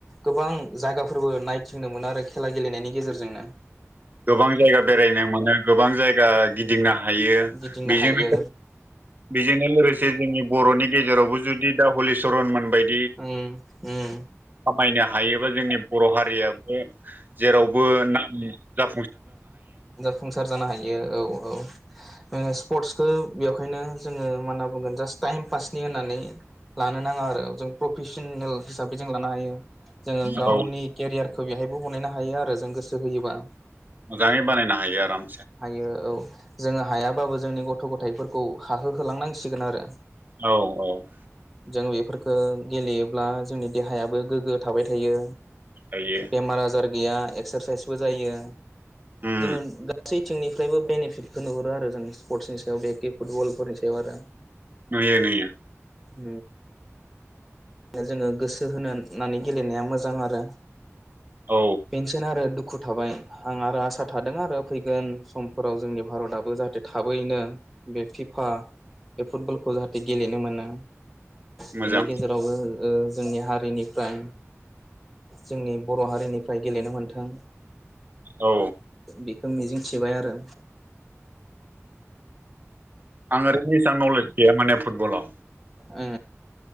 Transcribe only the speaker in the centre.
गोबां जायगाफोरबो नायथिंनो मोनो आरो खेला गेलेनायनि गेजेरजोंनो।
गिदिंनो
हायो
ओम ओम
फुंसार जानो हायो औ औ जोङो स्पर्टसखौ बेखायनो जोङो मा होनना बुंगोन जास्ट टाइम पासनि होननानै लानो नाङा आरो जों प्रफेसनेल हिसाबै जों लानो हायो जोङो गावनि
केरियारखौ बेवहायबो बनायना हायो आरो जों गोसो होयोबा
हायो औ जोङो हायाबाबो जोंनि गथ' गथायफोरखौ हाहोहोलांनांसिगोन आरो।
जों बेफोरफोरखौ गेलेयोब्ला जोंनि देहायाबो गोग्गो थाबाय थायो।
बेमार आजार गैया एक्सारसाइसबो जायो
जोङो। गा थ्रि थिंनिफ्रायबो बेनिफिटखौ नुहुरो आरो जों स्पर्टसनि सायाव बेखि फुटबलफोरनि सायाव आरो
<inaudible> <unintelligible> जोङो गोसो होनोानै गेलेनाया मोजां आरो
पेनसन आरो दुखु थाबाय आं आरो आसा थादों आरो फैगोन समफोराव जोंनि भारतआो जाहाथे थाबैनो बे फिफा बे फुटबलखौ जाहाथे गेलेनो मोना
बेनि गेजेरावबो ओ जोंनि हारिनिफ्राय जोंनि बर' हारिनिफ्राय गेलेनो मोन्थों
बेखौ मिजिं थिबाय आरो।
ओ ओ